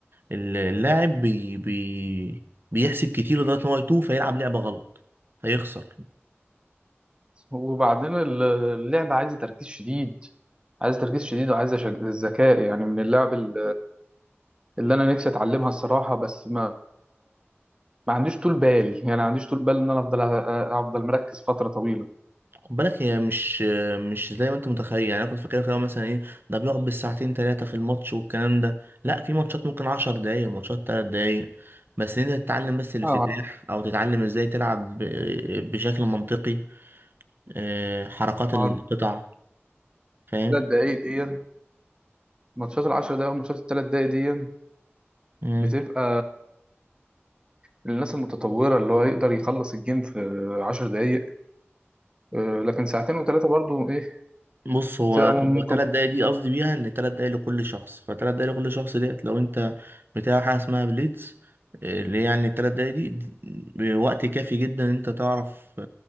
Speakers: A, on the right (about 50°); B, on the right (about 20°).
A: ال- اللاعب بي بي بيحسب كتير لدرجه ان هو يتوه فيلعب لعبه غلط فيخسر
B: وبعدين ال- اللعبة عايزة تركيز شديد عايزة تركيز شديد وعايزة شج- ذكاء يعني من اللعب ال- اللي انا نفسي اتعلمها الصراحة بس ما ما عنديش طول بال يعني ما عنديش طول بال ان انا افضل أ- أ- افضل مركز فترة طويلة
A: خد بالك هي مش مش زي ما انت متخيل يعني انا كنت فاكرها في الأول مثلا ايه ده بيقعد بالساعتين ثلاثه في الماتش والكلام ده لا في ماتشات ممكن 10 دقايق ماتشات 3 دقايق بس انت تتعلم بس الافتتاح
B: اه
A: او تتعلم ازاي تلعب ب- بشكل منطقي آه، حركات
B: ما
A: القطع
B: هو
A: فاهم
B: الثلاث دقايق دي ماتشات العشر دقايق والماتشات الثلاث دقايق دي
A: مم.
B: بتبقى للناس المتطورة اللي هو يقدر يخلص الجيم في عشر دقايق آه، لكن ساعتين وثلاثة برضو ايه
A: بص هو
B: بتبقى ممكن
A: هو تلات دقايق دي قصدي بيها ان تلات دقايق لكل شخص فتلات دقايق لكل شخص ديت لو انت بتاع حاجة اسمها بليدز آه، اللي هي يعني التلات دقايق دي وقت كافي جدا ان انت تعرف